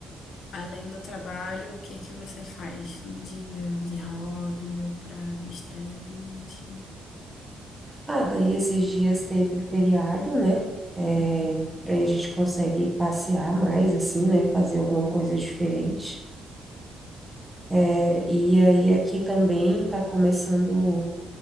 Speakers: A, on the left; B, in the centre.
A: além do trabalho, o que que você faz no dia de hobby ou para distrair a mente?
B: Ah, daí esses dias teve o feriado, né? É,
A: Uhum.
B: daí a gente consegue passear mais, assim, né? Fazer alguma coisa diferente. É, e aí aqui também tá começando